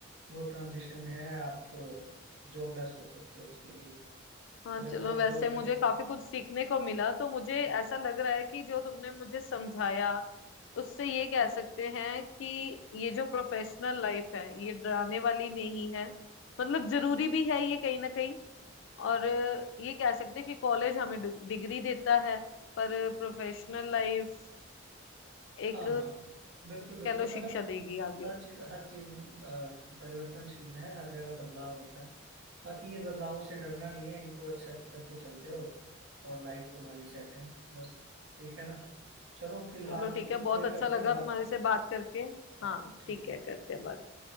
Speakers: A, on the right; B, on the left.
A: वो ट्रांजिशन है आप जॉबलेस हो सकते हो उसके लिए
B: हाँ
A: फिर
B: चलो
A: अगर आप
B: वैसे
A: जॉबलेस
B: मुझे काफी कुछ सीखने को मिला तो मुझे
A: हाँ
B: ऐसा लग रहा है कि जो तुमने मुझे समझाया उससे ये कह सकते हैं कि ये जो प्रोफेशनल लाइफ है ये डराने वाली नहीं है मतलब जरूरी भी है ये कहीं ना कहीं और अ, ये कह सकते हैं कि कॉलेज हमें डि- डिग्री देता है पर प्रोफेशनल लाइफ एक
A: हाँ हाँ बिल्कुल बिल्कुल
B: कह लो
A: मतलब
B: शिक्षा देगी आगे
A: हर चीज हर चीज परिवर्तनशील है हर जगह बदलाव होता है बाकी ये बदलावों से डरना नहीं है इनको एक्सेप्ट करके चलते रहो और लाइफ तुम्हारी सेट है बस ठीक है ना चलो फिलहाल
B: चलो ठीक है बहुत
A: फिर
B: अच्छा
A: करते
B: लगा
A: हैं बात
B: तुम्हारे से बात करके
A: हाँ
B: हाँ
A: ठीक
B: ठीक है
A: है
B: करते हैं बाद में